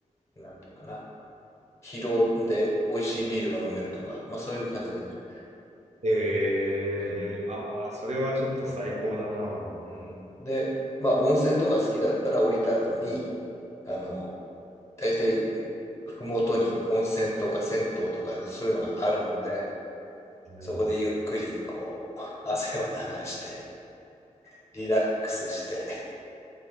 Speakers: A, on the left; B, on the right.
A: なんていうかな、疲労で美味しいビールが飲めるとか、まあそういう感じですね。
B: えー、
A: うん。
B: ああ、それはちょっと最高だな。は
A: うん。で、まあ、温泉とか好きだったら降りた後に、あの、大体、ふもとに温泉とか銭湯とかそういうのがあるので、そこでゆっくり、
B: い。
A: こう、汗を流して、リラックスして、